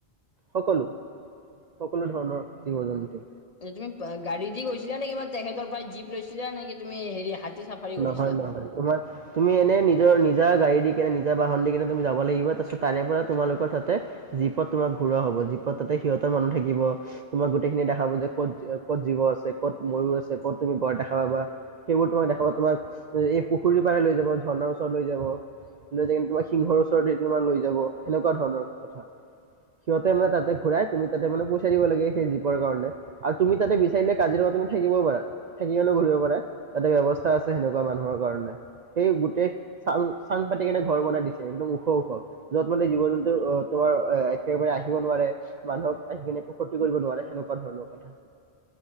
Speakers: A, on the right; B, on the left.
A: সকলো সকলো ধৰণৰ জীৱ জন্তু
B: তুমি গাড়ী দি গৈছিলা নে কিবা তেখেতৰ পৰাই জীপ লৈছিলা নেকি তুমি হেৰি চাফাৰী কৰিছা
A: নহয় নহয় তোমাৰ তুমি এনে নি নিজৰ নিজা গাড়ী দি কিনে নিজা বাহন দি কেনে তুমি যাব লাগিব তাৰপিছত তাৰে পৰা তোমালোকৰ তাতে জীপত তোমাক ঘু হ'ব যিত তাতে সিহঁতৰ মানুহ থাকিব তোমাৰ গোটেই খিনি দেখাব যে ক'ত ক'ত জীৱ আছে ক'ত আছে ক'ত তুমি গড় দেখা পাবা সেইবোৰ তোমাক দেখা তোমাক এই পুখুৰীৰ পাৰে লৈ যাব ঝৰ্ণাৰ ওচৰত লৈ যাব লৈ য কি তোমাক সিংহৰ ওচৰতে তোমাৰ লৈ যাব সেনেকুৱা ধৰণৰ কথা সিহঁতে মানে তাতে ঘূৰাই তুমি তাতে মানে পইচাৰ দিব লাগে সেই জীপৰ কাৰণে আৰু তুমি তাতে বিচাৰিলে কাজিৰঙা তুমি থাকিবও পাৰা থাকি পাৰি ঘূৰিব পাৰে তাতে ব্য আছে সেনেকুৱা মানুহৰ কাৰণে সেই গোটেই চাল চাং পাতি কেনে ঘৰ বনাই দিছে একদম ওখ ওখ যত মানে জীৱ জন্তু অ তোমাৰ একেবাৰে আহিব নোৱাৰে মানুহক আহি কিনে একো ক্ষতি কৰিব নোৱাৰে সেনেকুৱা ধৰণৰ কথা